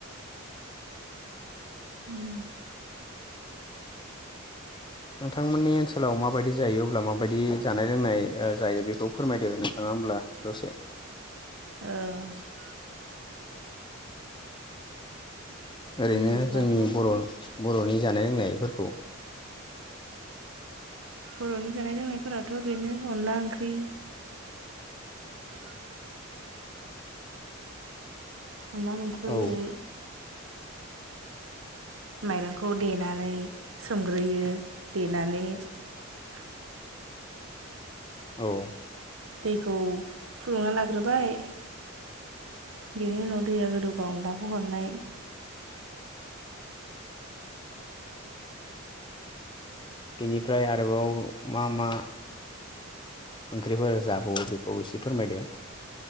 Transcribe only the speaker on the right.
उम
औ जोंनि
ओनसोलावथ'
औ
बर'नि जानाय लोंनायफोराथ' बेनो अनला ओंख्रि <unintelligible> अनला बेंख
जायो माइरंखौ देनानै सोमग्रोयो देनानै <unintelligible>
दैखौ फुदुंना लाग्रोबाय बेनि उनाव दैया गोदौबा अनलाखौ हरनाय